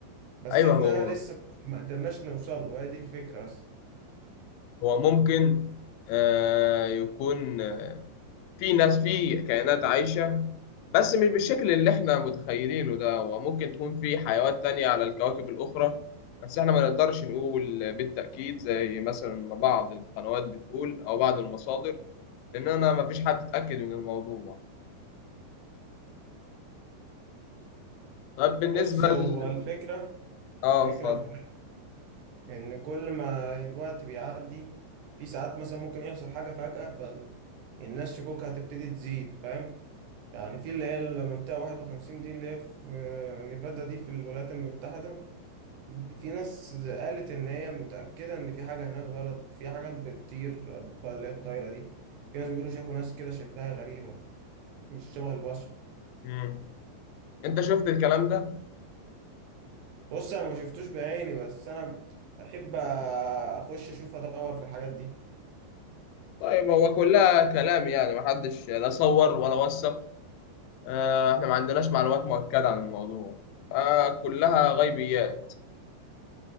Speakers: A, on the right; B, on the left.
A: بس
B: ايوه
A: احنا
B: هو
A: لسه ما قدرناش نوصل له هي دي الفكرة بس
B: هو ممكن آه يكون آه، في ناس في كائنات عايشه بس مش بالشكل اللي احنا متخيلينه ده وممكن تكون في حيوانات تانية على الكواكب الاخرى بس احنا ما نقدرش نقول بالتاكيد زي مثلا ما بعض القنوات بتقول او بعض المصادر لان انا ما فيش حد اتاكد من الموضوع طب بالنسبه
A: بص هو
B: ل...
A: الفكرة
B: اه
A: الفكرة
B: اتفضل
A: في حاجة إن كل ما الوقت بيعدي في ساعات مثلا ممكن يحصل حاجة فجأة فالناس شكوكها هتبتدي تزيد فاهم يعني في اللي هي المنطقة 51 دي اللي هي في آه، نيفادا دي في الولايات المتحدة في ناس قالت إن هي متأكدة إن في حاجة هناك غلط في حاجات بتطير أطباق اللي هي الطايرة دي في ناس بيقولوا شافوا ناس كده شكلها غريبة مش شبه البشر
B: مم. انت شفت الكلام ده
A: بص انا ما شفتوش بعيني بس انا بحب اخش اشوف ادور في الحاجات دي
B: طيب هو كلها كلام يعني محدش لا صور ولا وثق آه، احنا ما عندناش معلومات مؤكدة عن الموضوع آه، كلها غيبيات